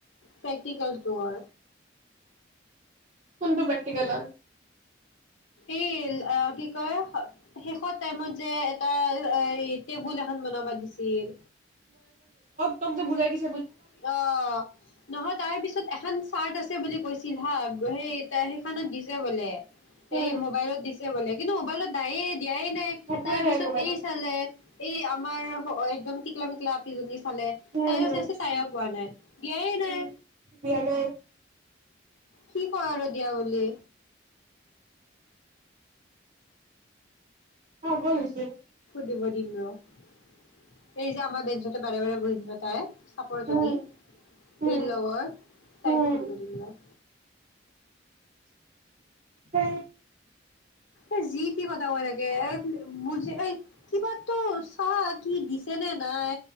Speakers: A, on the left; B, on the right.
A: প্ৰেক্টিকেলটোৰ।
B: কোনটো প্ৰেক্টিকেলৰ?
A: এই কি কয় শেষত টাইমত যে এটা অ', টেবুল এখন বনাবা দিছিল।
B: ত'কযে বুজাই দিছ
A: অ', নহয় তাৰ পিছত এখান চাৰ্ট আছে বুলি কৈছিল হা সেই তা সেইখনত দিছে বোলে।
B: উম
A: এই মোবাইলত দিছে বোলে কিন্তু লত নায়ে দিয়াই নাই
B: একোৱে
A: তাৰ
B: নাই
A: পিছত
B: মোবাইলত
A: এই চালে এই আমাৰ একদম টিকলা মিকলা আপিজনী চালে
B: উম
A: তাইয়ো
B: হম
A: চাইছি তায়ো পোৱা নাই, দিয়াই নাই।
B: উম দিয়া নাই
A: সি কয় আৰু দিয়া বুলি।
B: পাগল হৈছে।
A: দিব দিম ৰ' এই যে আমাৰ বেঞ্চতে বাৰে-বাৰে বহিছিলে তাই। চাপৰজনী
B: উম উম
A: এই লগৰ, তাইকে
B: উম
A: সুধিব দিম ৰ'।
B: হেই।
A: এই যি-তি কথা কৈ থাকে। <unintelligible> বুজি এই কিবাটো চা কি দিছে নে নাই